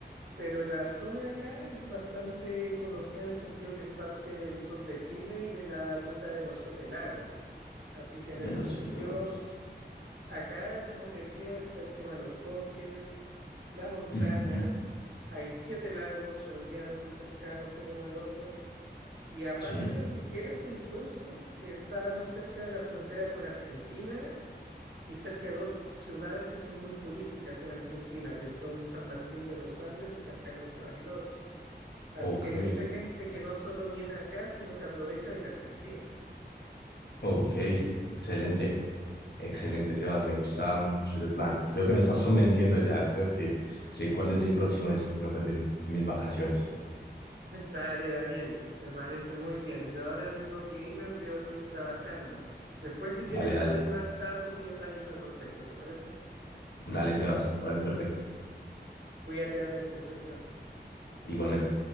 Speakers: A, on the right; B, on the left.
A: Pero la zona acá es bastante conocida en el sentido que es parte del sur de Chile y de la ruta de los Siete Lagos. Así que en
B: De
A: ese
B: los
A: sentido,
B: siete lagos.
A: acá, como te decía, está el tema de los bosques, la montaña,
B: Ujú,
A: hay siete lagos relativamente cercanos el uno del otro. Y aparte,
B: Sí,
A: si quieres, incluso estamos cerca de la frontera con Argentina y cerca de dos ciudades que son muy turísticas en Argentina, que son San Martín de los Andes y San Carlos de Bariloche. Así
B: ok,
A: que hay mucha gente que no solo viene acá, sino que aprovecha de ir a Argentina.
B: ok, excelente. Excelente, Sebas, me gustaba mucho ese plan. Creo que me estás convenciendo ya, creo que sé cuál es mi próximo destino, pues en mis vacaciones.
A: <laughs> Dale, Daniel, me parece muy bien. Yo ahora tengo que irme porque voy a seguir trabajando. Después, si
B: Dale,
A: quieres, te
B: dale,
A: doy más datos y detalles al respecto, ¿te parece?
B: dale, Sebas, me parece perfecto.
A: Cuídate, Daniel, que estés bien.
B: Igualmente.